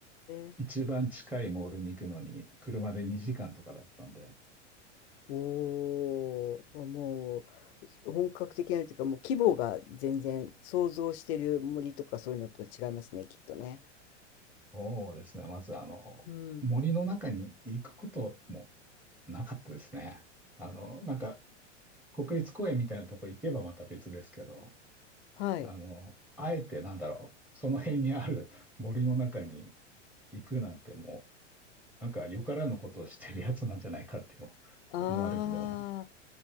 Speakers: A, on the left (about 60°); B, in the centre.
A: え。
B: 一番近いモールに行くのに車で2時間とかだったんで、
A: おー、もう。本格的なというか、もう規模が全然想像してる森とかそういうのと違いますね、きっとね。
B: そうですね。まずあの、
A: うん。
B: 森の中に行くこともなかったですね。あの、なんか国立公園みたいなとこ行けばまた別ですけど、
A: はい。
B: あの、あえてなんだろう、その辺にある <laughs> 森の中に行くなんてもう、なんかよからぬことをしてるやつなんじゃないかって
A: あ
B: 思われるような。